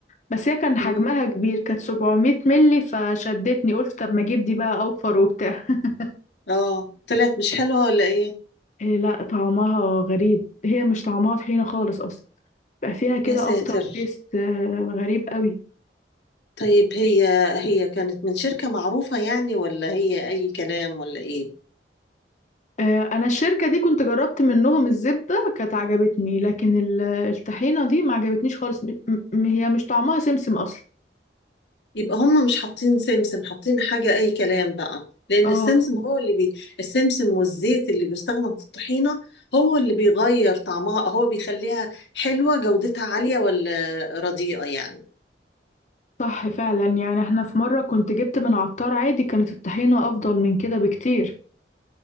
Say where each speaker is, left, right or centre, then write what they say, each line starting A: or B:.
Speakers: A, on the left; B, on the left.
A: بس هي كان حجمها
B: امم
A: كبير كانت 700 ملي فشدتني قلت طب ما اجيب دي بقى اوفر وبتاع <laughs>
B: اه طلعت مش حلوه ولا ايه
A: إيه لا طعمها غريب هي مش طعمها طحينة خالص اصلا بقى فيها كده
B: يا ساتر
A: افتر تيست غريب قوي
B: طيب هي هي كانت من شركه معروفه يعني ولا هي اي كلام ولا ايه
A: آه، انا الشركة دي كنت جربت منهم الزبدة كانت عجبتني لكن ال- الطحينة دي ما عجبتنيش خالص م- م- هي مش طعمها سمسم اصلا
B: يبقى هم مش حاطين سمسم حاطين حاجة أي كلام بقى لأن
A: اه
B: السمسم هو اللي بي... السمسم والزيت اللي بيستخدم في الطحينة هو اللي بيغير طعمها هو بيخليها حلوة جودتها عالية ولا رديئة يعني
A: صح فعلا يعني احنا في مرة كنت جبت من عطار عادي كانت الطحينة افضل من كده بكتير